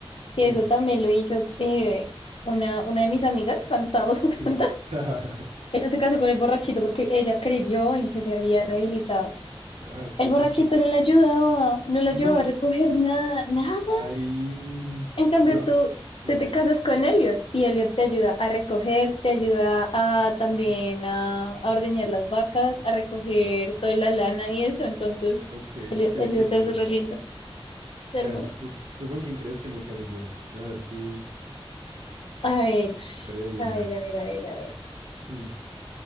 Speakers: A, on the left; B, on the right.
A: que
B: sí,
A: eso también lo hizo eh, una, una de mis amigas cuando estábamos <laughs> jugando,
B: sí. <laughs>
A: ella se casó con el borrachito porque ella creyó en que se había rehabilitado.
B: Eh, Así
A: El
B: es
A: borrachito
B: uno.
A: no le ayudaba, no le
B: No.
A: ayudaba a recoger nada, nada.
B: Ahí.
A: En cambio,
B: Yo.
A: tú,
B: Ok.
A: tú te casas con Elliot y Elliot te ayuda a recoger, te ayuda a también
B: Ujú.
A: a, a ordeñar las vacas, a recoger
B: Wow.
A: toda la lana y eso. Entonces,
B: Ok,
A: Elliot,
B: qué,
A: Elliot
B: qué chévere.
A: es re lindo, es hermoso.
B: A ver, ¿tú, tú con quién crees que me casé yo? A ver si
A: A ver,
B: podría adivinar.
A: a ver, a ver, a ver, a ver.
B: Mm,